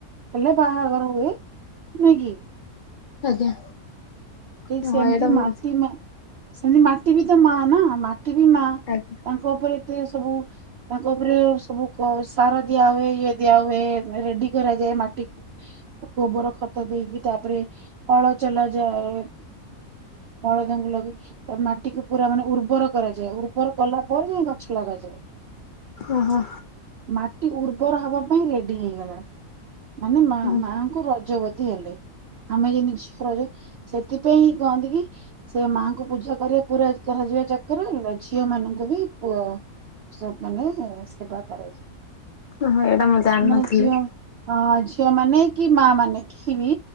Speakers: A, on the right; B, on the left.
A: ହେଲେ ବାହାଘର ହୁଏ ନୁ କି?
B: ଆଜ୍ଞା
A: ଠିକ
B: ହଁ
A: ସେ ଏମତି
B: ଏଇଟା ମୁଁ
A: ମାଟି ମ ସେମିତି ମାଟି ବି ତ ମା ନା ମାଟି ବି ମା
B: ଆଜ୍ଞା
A: ତାଙ୍କ ଉପରେ ଏତେ ସବୁ ତାଙ୍କ ଉପରେ ସବୁ ସାର ଦିଆ ହୁଏ ଇଏ ଦିଆ ହୁଏ ରେଡି କରାଯାଏ ମାଟିକୁ ଗୋବର ଖତ ଦେଇକି ତାପରେ ହଳ ଚଲା ଯାଏ। ବଳଦଙ୍କୁ ଲଗେଇ ତା ମାଟିକୁ ପୁରା ମାନେ ଉର୍ବର କରାଯାଏ ଉର୍ବର କଲା ପରେ ଯାଇ ଗଛ ଲଗାଯାଏ
B: ଓହୋ
A: ମାଟି ଉର୍ବର ହବା ପାଇଁ ରେଡି ହେଇଗଲା ମାନେ ମା
B: ହଁ।
A: ମାଙ୍କୁ ରଜବତୀ ହେଲେ ଆମେ ଯ ଜିନିଷ ରଜ ସେଥିପାଇଁଁ କହନ୍ତି କି ସେ ମାଙ୍କୁ ପୂଜା କରିବାକୁ ପୁରା କରାଯିବା ଚକରେ ଝିଅ ମାନଙ୍କୁ ବି ପ ସବ ମାନେ ସେବା କରାଯାଏ
B: ଓ ହଁ ଏଇଟା ମୁଁ ଜାଣିନଥିଲି।
A: ମାନେ ଝିଅ ହଁ ଝିଅ ମାନେ କି ମା ମାନେ କି ବି